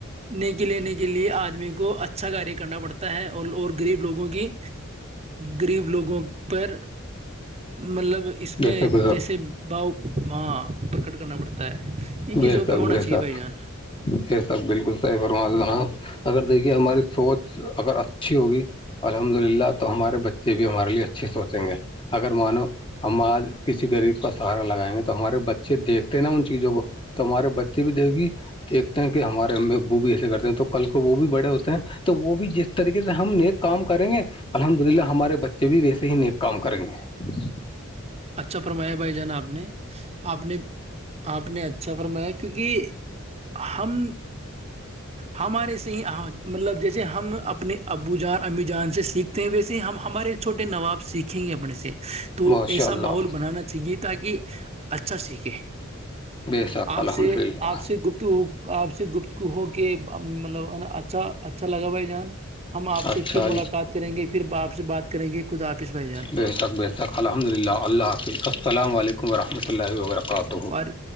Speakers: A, on the right; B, on the left.
A: نیکی لینے کے لیے آدمی کو اچا اچھا کاریہ کرنا پڑتا ہے اور اور غریب لوگوں کی غریب لوگوں پر مطلب اس میں
B: بے شک بے شک
A: جیسے باؤ وہاں پرکٹ کرنا پڑتا ہے ان چیزوں
B: بے شک
A: پہ ہونا
B: بے
A: چاہیے
B: شک
A: بھائی جان
B: یہ سب بالکل صحیح فرما جناب
A: اور
B: اگر دیکھیے ہماری سوچ اگر اچھی ہوگی الحمد للہ تو ہمارے بچے بھی ہمارے لیے اچھے سوچیں گے اگر مانو ہم آج کسی غریب کا سہارا لگائیں گے تو ہمارے بچے دیکھ نا ان چیزوں کو ت ہمارے بچے بھی دیک گی دیکھتے ہیں کہ ہمارے ابو بھی ایسے کرتے ہیں تو کل کو وہ بھی بڑے ہوتے ہیں تو وہ بھی جس طریقے سے ہم نیک کام کریں گے الحمد للہ ہمارے بچے بھی ویسے ہی نیک کام کریں گے
A: اچھا فرمایا بھائی جان آپ نے آپ نے آپ نے اچھا فرمایا کیونکہ ہم ہمارے ص ہی مطلب جیسے ہم اپنے ابو جان امی جان سے سیکھتے ہیں ویسے ہی ہمارے چھوٹے نواب سیکھیں گے اپنے سے تو
B: ماشاء
A: ایسا
B: اللہ
A: ماحول بنا بنانا چاہیے تاکہ اچھا سیکھے
B: بے شک
A: آپ
B: الحمد
A: سے
B: للہ
A: آپ سے گپت ہو آپ سے گپت کو ہو کے مطلبا اچھا اچھا لگا بھائی جان ہم آپ
B: اچھا
A: سے پھر ملاقات کریں گے پھر ب آپ سے بات کریں گے خود آاپس بھائی جان
B: بے ح تک ب تک الحمد للہ اللہ حافظ السلام علیکم رحمۃ اللہ و برکاتہ
A: اور